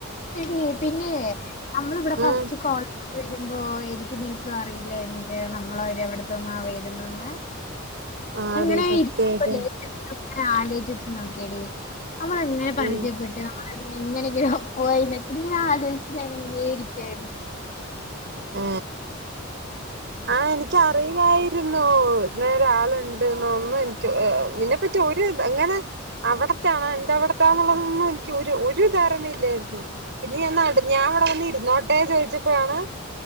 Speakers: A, on the left; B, on the right.
A: എടി പിന്നെ നമ്മളിവിടെ ഫസ്റ്റ്
B: ഉം
A: കോളേജിൽ വരുമ്പോ എനിക്ക് നിനക്കും അറിയില്ലായിരുന്നില്ലേ നമ്മളും അവര് എവിടത്തന്നാ വരുന്നന്ന്
B: ആടി
A: അങ്ങനെ
B: സത്യായിട്ട്
A: ഇരിപ്പല്ലേ ഇങ്ങനെ ആലോചി നോക്കിയെടി നമ്മള് എന്നേ പരിചയപ്പെട്ട്
B: ഉം
A: നമ്മള് എങ്ങനെങ്കന പോയിന്ന് ഇങ്ങനെ ആദരിച്ച എങ്ങങ്ങനെയ ഇരിക്കായിരുന്നു
B: ആ ആ എനിക്ക അറിയിലായിരുന്നു ഇങ്ങനൊരാളുണ്ട് ഒന്ന് ഒന്നും എനിക്ക് നിന്നെപ്പറ്റി ഒരു എങ്ങനെ അവിടത്തണോ എന്താ അവിടത്താന്നുള്ളതൊന്നും എനിക്ക് ഒരു ഒരു ധാരണ ഇല്ലായിരുന്നു പിന്നെ ഞാൻ നട് ഞാൻ അവിടെ വന്ന് ഇരുന്നോട്ടെ ചോദിച്ച പ്പഴാണ്